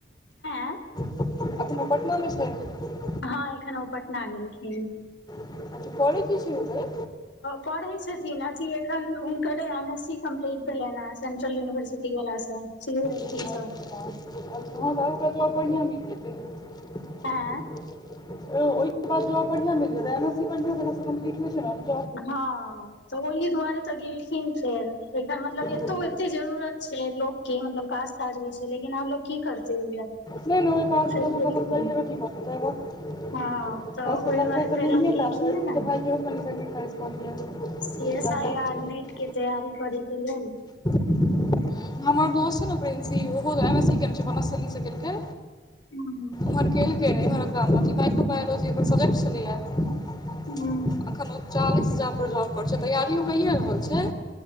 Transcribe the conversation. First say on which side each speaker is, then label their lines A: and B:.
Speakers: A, on the left; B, on the left.
A: <inaudible>
B: <unintelligible>
A: हँ एखन ओ पटना गेलखिन
B: <inaudible> अच्छा करै कि छै ओ गै
A: पढ़े छथिन अथी एखन हुनकर एम एस सी कम्प्लीट भेलेने है सेंट्रल यूनिवर्सिटी वला सँ सी ए एस
B: अच्छा
A: बी छै
B: <unintelligible>
A: <unintelligible>
B: <inaudible> ओ ओहि बाद जाँब बढ़िया मिल जतै एम एस सी बढ़िआ जगह सँ कम्पलीट होइ छै नऽ
A: हँ तऽ ओहि दुआरे तऽ गेलखिन फेर एकरा मतलब एतौ
B: छै
A: एते जरूरत से लोकके मतलब काज ताज होइ छै लेकिन आब लोकोग की करतै ओहि लए
B: नहि
A: <inaudible>
B: नहि ओहि काजमे
A: फेर
B: लोक
A: गेलखिन
B: <unintelligible>
A: हँ तऽ ओहि दुआरे फेर
B: <unintelligible>
A: आब गेलखिन हे ने C S
B: लड़का
A: I R net केँ तैयारी करे केँ लेल
B: <unintelligible> हमर दोस्त छै ने प्रिंसी ओहोऽ एम एस सी कने छैलीसँ केलकै
A: हूँ
B: ओम्हर केलकै एम्हर काम अथी माइक्रो बायोलॉजी ओर सब्जेक्ट छलैए एखन
A: हूँ
B: ओ चालीस हजारपर जॉब कर छै तैयारियओ कैए रहल छै